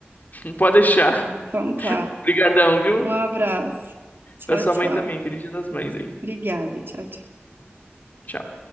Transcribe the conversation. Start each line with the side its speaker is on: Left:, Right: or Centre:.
Left: Não pode deixar.
Right: Então tá.
Left: <laughs> Obrigadão, viu?
Right: Um abraço. Tchau,
Left: Pra sua
Right: tchau.
Left: mãe também. Feliz Dia das Mães aí.
Right: Obrigada, tchau, tchau.
Left: Tchau.